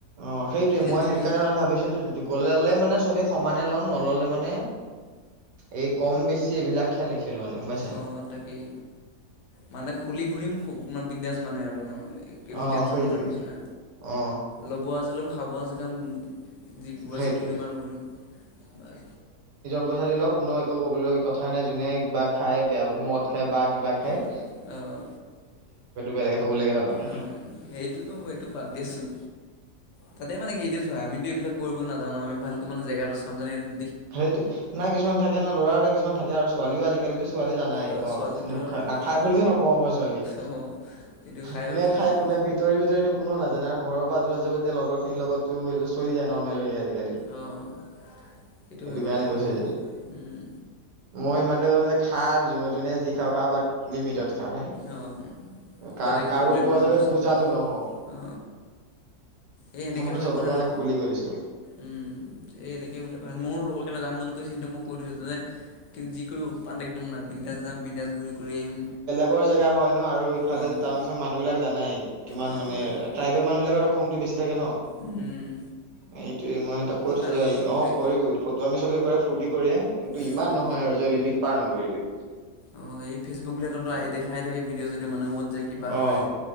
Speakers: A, on the right; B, on the left.
A: অ সেইটোৱে
B: এতিয়া
A: মই
B: তুমি
A: সেইটো কাৰণে মানে ভাবিছো ললে মানে- চবে সমানে ল'ম নল'লে মানে এই কম বেছি এইবিলাক খেল- নেখেলো মানে গম পাইছা।
B: অ তাকেই মানে- খুলি ঘূৰিম খুব মই বিন্দাজ মানে আৰু। একো
A: অ
B: টেনচন
A: সেইটোৱে।
B: নোহোৱাৰ নিচিনা।
A: অ
B: ল'ব আছে লম- খাব আছে- খাম যি ঘূৰিব
A: সেইটোৱে
B: আছে ঘূৰিম আৰু ঘূৰিম বা-
A: পইছা দি লওঁক কোনো একো ক'বলগীয়া কথা নাই। যোনে কিবা খাই বেয়া মত- খায় বা কিবা খায়-
B: আহ
A: বেলেগে ক'বলগীয়া তাত নাথাকে।
B: অ সেইটোতো এইটো বাদ দে চোন। তাতে মানে কি এতিয়া চোৱা আমিতো এইবিলাক- কৰিব নাজানো আমি ভালকৈ মানে জেগাটো চাম যেনেকে-
A: সেইটো নাই কিছুমান থাকে ন ল'ৰা এটা কিছুমান থাকে আৰু ছোৱালীও আজিকালি- ছোৱালী জানাই
B: অ'
A: ক
B: ছোৱালীটো
A: খুনক
B: আৰু কি
A: নাখাই
B: ক'বা।
A: বুলিওঁ নকওঁ মই। ছোৱালীয়ে
B: অ' সেইটো
A: কোনে
B: আৰু ছোৱালী
A: খাই
B: অ'
A: কোনে ভিতৰি ভিতৰিতো কোনো নাজানে আৰু ঘৰৰ পৰা যাব যে লগৰ খিনিৰ লগতো এইটো চলি যায় নৰ্মেল হৈ যায় আজিকালি।
B: অ', সেইটো হয়
A: এইটো
B: বাৰু।
A: কাৰণে কৈছে যে
B: উম,
A: মই ইমানতে কৈছোঁ- খা যোনে যি খাওঁ খা বাট লিমিটত। খা ভাই
B: অ
A: কা
B: যাতে একো
A: কাৰো
B: প্ৰব্লেম
A: ওপৰত
B: নহওক
A: যাতে
B: পিছত।
A: বুজাতো নহও
B: অ এই এনেকে
A: মই সেইটো
B: হ'লে
A: চবকে
B: মানে অলপ
A: খুলি কৈ দিছো
B: উম। এই এনেকে হ'লে ভাল মোৰ লগৰ কেইটা যাম বুলি কৈছে কিন্তু মই কৈ দিছো যে কিন্তু যি কৰি উৎপাত একদম নাই। বিন্দাছ যাম বিন্দাছ ঘুৰি কৰি আহিম।
A: গৰ জেগা হয় ন আৰু ইফালে
B: অ'
A: টাউন ছাউন মানুহ বিলাক জানাই কিমান
B: অ',
A: মানে
B: তাকে
A: ট্ৰাইবেল মানুহ বিলাকৰো খং টো বেছি থাকে ন?
B: উম,
A: সেই এই ইমান কৰি থৈ
B: আৰু
A: যায়।
B: কি
A: অ
B: কয়
A: কৰিবি ফটোআমি চবে কৰে ফুৰ্তি কৰিয়ে কিন্তু
B: উম,
A: ইমান নহয় আৰু যে লিমিট পাৰ নকৰিবি।
B: অ এই ফেচবুক বিলাকত দেখাই থাকে ভিডিঅ চিডিঅ। যে মানুহে কত যায়, কিবা
A: অ
B: হয়